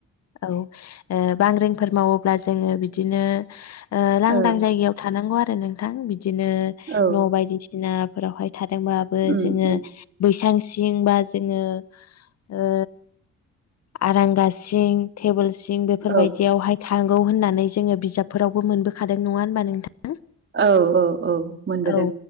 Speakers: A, on the left (about 60°); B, on the right (about 40°).
A: औ ओ बांग्रिंफोर मावोब्ला जोङो बिदिनो ओ लांदां
B: औ
A: जायगायाव थानांगौ आरो नोंथां बिदिनो
B: औ
A: न' बायदिस दिनाफोरावहाय थादोंबाबो
B: उम
A: जोङो
B: उम
A: बैसां सिं बा जोङो ओ आरांगासिं थेबोल सिं बेफोरबायदियावहाय
B: औ
A: थांगौ होननानै जोङो बिजाबफोरावबो मोनबोखादों नङा होनबा नोंथा <unintelligible>
B: औ औ औ मोनबोदों
A: औ।